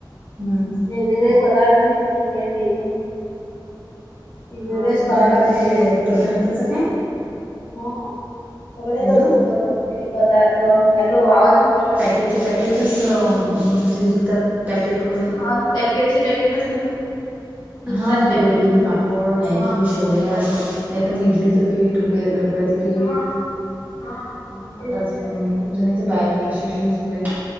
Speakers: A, on the right (about 20°); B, on the left (about 65°).
A: हम्म.
B: वेगवेगळे पदार्थ निलपिकले. वेगवेगळे
A: हा
B: स्टॉल
A: मला
B: लागले
A: ते
B: होते.
A: पदार्थाच काय
B: हो सगळ्याच
A: हॅलो
B: होत कपडे पदार्थ हॅलो आवाज नाही येऊ राहिला.
A: त्याचे पॅकेटच अ म्हणजे विकतात पॅकेट करून.
B: हा पॅकेटचे पॅकेटच ना मग. विकतात
A: हा कुरडीन,
B: पॅकेटचे पॅकेट.
A: पापड, मॅगी,
B: हा
A: शेवळे
B: बाप
A: असं नाही तर मग इडलीच पीठ ढोकळ्या ढोकळ्याचं पीठ
B: हा हा हा.
A: हा
B: ते
A: आताच.
B: विकतात.
A: खूप जणीचं पायाचं प्रशिक्षण सुरू आहे.